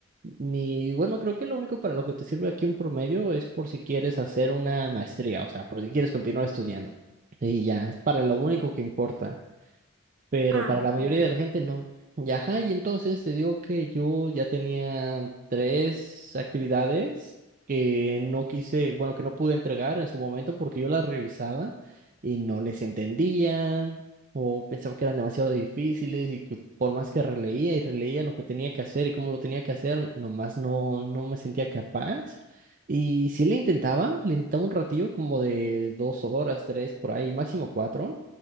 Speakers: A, on the right; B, on the right.
A: Ni, bueno, creo que lo único para lo que te sirve aquí un promedio es por si quieres hacer una maestría, o sea, por si quieres continuar estudiando. Y ya, es para lo único que importa pero
B: Ah,
A: para la mayoría
B: ok.
A: de la gente no. Y ajá, y entonces te digo que yo ya tenía tres actividades que no quise, bueno, que no pude entregar en su momento porque yo las revisaba y no les entendían o pensaba que eran demasiado difíciles y que por más que releía y releía lo que tenía que hacer y cómo lo tenía que hacer, nomás no, no me sentía capaz. Y sí le intentaba, le intentaba un ratillo como
B: Ujú.
A: de dos horas, tres por ahí, máximo cuatro